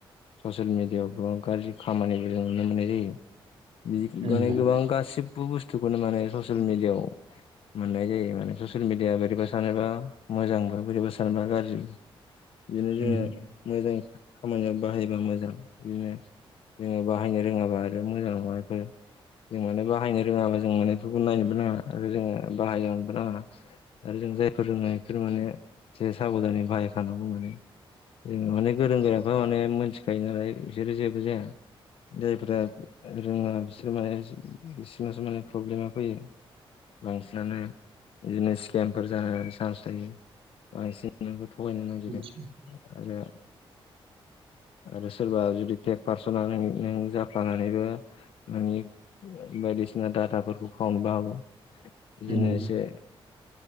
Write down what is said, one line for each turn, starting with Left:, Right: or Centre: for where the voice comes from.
Left: ससियेल मिडियाव गोबां गाज्रि खामानिबो जों नुनो मोननाय जायो। बिदि
Right: उम
Left: माने गोबां गासिबबो बुस्थुखौनो माने ससियेल मेडियाव मोननाय जायो माने ससियेल मिडिया बोरैबा सानोबा मोजांबो बोरैबा सानोबा गाज्रिबो इदिनो
Right: उम
Left: जोङो मोजां खामानियाव बाहायबा मोजां इदिनो जोङो बाहायनो रोङाबा आरो मोजां नङा इफोर जों माने बाहायनो रोङाबा जों माने इफोरखौ नायनोबो नाङा आरो जोङो ओ बाहायदावनोबो नाङा आरो जों जायफोर रोङो इफोर माने से साबधानै बाहायखानांगौ माने
Right: <inaudible>
Left: जों माने गोरों गोराफ्रा माने मोनथिखायो नालाय इसोरो जेबो जाया। जायफ्रा रोङा बिसोर माने बिसोरनासो माने फ्रब्लेमा फैयो
Right: <inaudible>
Left: बांसिनानो इदिनो स्केमफोर जानो चान्स थायो बांसिन <unintelligible> थगायनो नागिरो
Right: आतसा।
Left: आरो आरो सोरबा जुदि पेक पारसना नों- नों जाफ्लानानैबो नोंनि बायदि दिसिना डाटाफोरखौ खावनोबो हागौ इदिनो
Right: उम
Left: एसे